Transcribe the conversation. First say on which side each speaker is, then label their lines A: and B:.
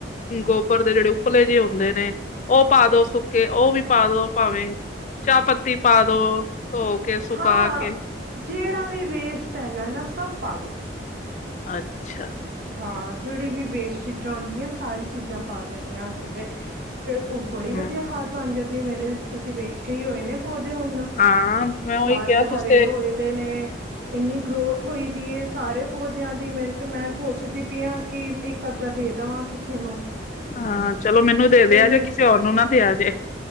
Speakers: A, on the left (about 40°); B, on the right (about 50°).
A: ਗੋਬਰ ਦੇ ਜਿਹੜੇ ਉੱਪਲੇ ਜੇ ਹੁੰਦੇ ਨੇ ਉਹ ਪਾ ਦੋ ਸੁੱਕੇ ਉਹ ਵੀ ਪਾਦੋ ਭਾਵੇਂ, ਚਾਹ ਪੱਤੀ ਪਾਦੋ ਧੋ ਕੇ ਸੁਕਾ
B: ਹਾਂ
A: ਕੇ।
B: ਜਿਹੜਾ ਵੀ ਵੇਸਟ ਹੈਗਾ ਨਾ, ਸਭ ਪਾ ਦਉ।
A: ਅੱਛਾ।
B: ਹਾਂ ਜਿਹੜੀ ਵੀ ਵੇਸਟ ਚੀਜ਼ਾਂ ਹੁੰਦੀਆਂ, ਸਾਰੀ ਚੀਜ਼ਾਂ ਪਾ ਦਿਨੇ ਆ ਅਸੀਂ ਤੇ। ਫੇਰ ਉਹ ਬੜੀ
A: ਹਮ
B: ਵਧੀਆ ਖਾਦ ਬਣ ਜਾਂਦੀ ਮੇਰੇ ਤੁਸੀਂ ਵੇਖੇ ਈ ਹੋਏ ਨੇ ਪੌਦੇ ਹੁਣ।
A: ਹਾਂ ਮੈਂ ਉਹੀ
B: ਸਾਰੇ
A: ਕਿਹਾ
B: ਹਰੇ
A: ਤੁਸੀਂ
B: ਹੋਏ ਤੇ ਨੇ, ਇੰਨੀ ਗਰੋਥ ਹੋਈ ਦੀ ਸਾਰੇ ਪੌਦਿਆਂ ਦੀ ਮੇਰੇ ਤੇ ਮੈਂ ਸੋਚਦੀ ਪਈ ਆ ਕਿ, ਇੱਕ ਅੱਧਾ ਦੇ ਦੇਵਾਂ ਕਿਸੇ ਨੂੰ।
A: ਹਾਂ ਚਲੋ, ਮੈਨੂੰ ਦਿਆ
B: ਇੰਨੇ
A: ਜੇ ਕਿਸੇ ਹੋਰ ਨੂੰ ਨਾ ਦੇਆ ਜੇ।